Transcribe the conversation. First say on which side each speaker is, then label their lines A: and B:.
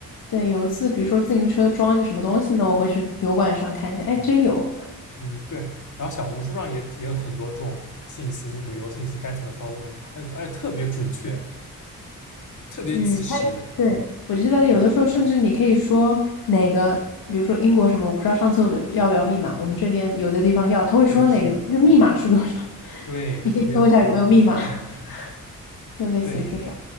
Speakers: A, on the left (about 75°); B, on the left (about 55°).
A: 对，有一次比如说自行车装一个什么东西呢，我会去油管上看一下，哎，
B: 嗯
A: 真有。
B: 嗯，对。然后小红书上也也有很多这种信息，就旅游信息该怎么操作，而而且特别准确，特别及时。
A: 嗯，它对，我记得有的时候甚至你可以说哪个，
B: 嗯，
A: 比如说英国什么，我不知道上厕所要不要密码，我们这边有的地方要，他会说哪个这个密码是多少，
B: 对，是的，
A: <laughs>
B: 对，就特别好。
A: 你可以搜一下有没有密码，<laughs>
B: 嗯，
A: 就类似于这种。
B: 对，